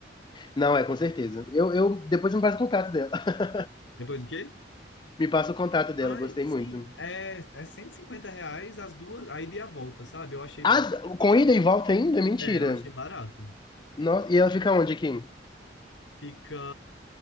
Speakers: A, on the left; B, on the left.
A: Não, é, com certeza. Eu, eu, depois me passa o contato dela. <laughs>
B: Depois o quê?
A: Me passa o contato dela,
B: Ai,
A: eu gostei
B: sim,
A: muito.
B: é, é 150 reais as duas, a ida e a volta, sabe? Eu achei barato.
A: Ah, com ida e volta ainda? Mentira.
B: É, eu achei barato.
A: Nossa, e ela fica onde aqui?
B: Fica.